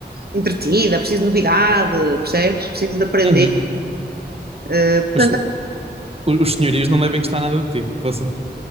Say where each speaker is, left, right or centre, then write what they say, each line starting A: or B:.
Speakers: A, on the right (about 60°); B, on the right (about 35°).
A: entretida, preciso de novidade, percebes? Preciso de aprender.
B: uhum.
A: Eh, portanto,
B: Os, os senhorios não devem gostar nada de ti. Posso?